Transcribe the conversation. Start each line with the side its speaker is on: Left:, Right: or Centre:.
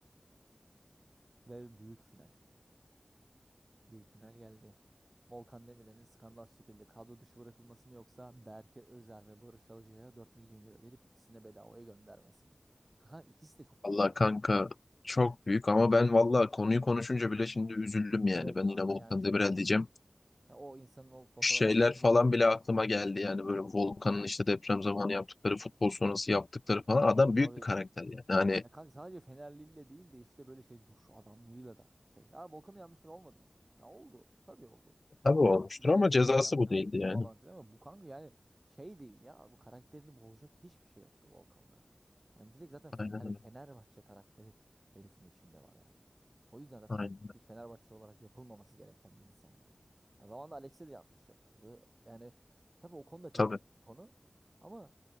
Right: Ve büyük final. Büyük final geldi. Volkan Demirel'in skandal şekilde kadro dışı bırakılması mı yoksa Berke Özer ve Barış Alcay'a 4 milyon euro verip ikisini de bedavaya göndermesi mi? Kanka ikisi de çok
Left: Allah
Right: büyük aday.
Left: kanka çok büyük ama ben valla konuyu konuşunca bile şimdi üzüldüm yani.
Right: Evet
Left: Ben
Right: kanka
Left: yine Volkan
Right: yani şu
Left: Demirel diyeceğim.
Right: ya o insanın o fotoğraf
Left: Şeyler
Right: aklıma
Left: falan
Right: gelince
Left: bile aklıma geldi yani böyle Volkan'ın işte deprem zamanı yaptıkları, futbol sonrası yaptıkları falan. Adam
Right: tabii
Left: büyük bir karakter
Right: ya.
Left: yani. Hani
Right: Ya kanka sadece Fenerliyle değil de işte böyle şey duruş adamlığıyla da şey. Ya Volkan'ın yanlışları olmadı mı? Ya oldu. Tabii oldu.
Left: tabii
Right: İşte
Left: olmuştur
Right: gazeteciye
Left: ama cezası
Right: yaptı,
Left: bu değildi
Right: ayıptı
Left: yani.
Right: falan filan. Ama bu kanka yani şey değil ya. Bu karakterini bozacak hiçbir şey yoktu Volkan'da. Yani direkt zaten
Left: Aynen
Right: Fener,
Left: öyle.
Right: Fenerbahçe karakteri herifin içinde var yani. O yüzden zaten
Left: Aynen öyle.
Right: bir Fenerbahçe olarak yapılmaması gereken bir insan yani. Ya zamanında Alex'e de yanlış yapıldı. Yani tabii o konu da çok
Left: Tabii.
Right: derin bir konu. Ama